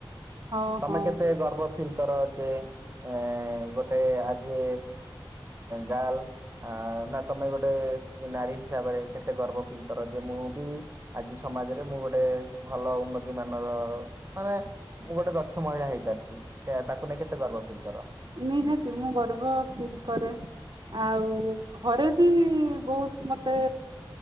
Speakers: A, on the right (about 60°); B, on the right (about 30°).
A: ହଁ
B: ତମେ
A: ହଁ
B: କେତେ ଗର୍ବ ଫିଲ୍ କର ଯେ ଏ ଗୋଟେ ଆଜି ଗାର୍ଲ ନା ତମେ ଗୋଟେ ନାରୀ ହିସାବରେ କେତେ ଗର୍ବ ଫିଲ୍ କର, ଯେ ମୁଁ ବି ଆଜି ସମାଜରେ ମୁଁ ଗୋଟେ ଭଲ ଉନ୍ନତି ମାନର ମାନେ ମୁଁ ଗୋଟେ ଦକ୍ଷ ମହିଳା ହେଇପାରିଛି, ସେ ତାକୁ ନେଇ କେତେ ଗର୍ବ ଫିଲ୍ କର?
A: ନିହାତି ମୁଁ ଗର୍ବ ଫିଲ୍ କରେ, ଆଉ ଘରେ ବି ବହୁତ ମତେ